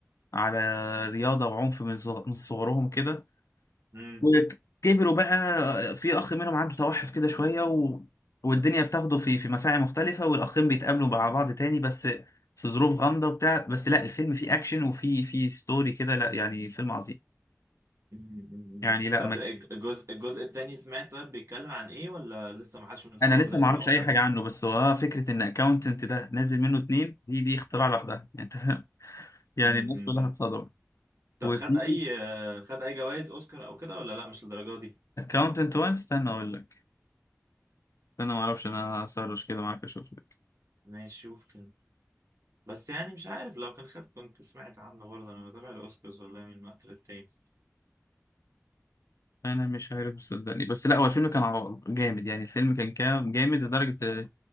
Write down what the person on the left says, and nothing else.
على رياضه وعنف من صغ- من صغرهم كده
وكبروا بقى في اخ منهم عنده توحد كده شويه و... والدنيا بتاخده في في مساعي مختلفه والاخين بيتقابلوا مع بعض تاني بس في ظروف غامضه وبتاع بس لا الفيلم فيه اكشن وفيه في ستوري كده لا يعني فيلم عظيم
يعني لا
ما
انا لسه
ما اعرفش
اي
حاجه عنه بس هو فكره ان اكاونتنت ده نازل منه اتنين دي دي اختراع لوحدها <laughs> يعني انت فاهم يعني
الناس
كلها اتصدمت
وفي
اكاونتنت 1 استنى اقول لك استنى ما اعرفش انا هسرش كده معاك اشوف لك
انا مش عارف صدقني بس لا هو الفيلم كان عو- جامد يعني الفيلم كان كا- جامد لدرجة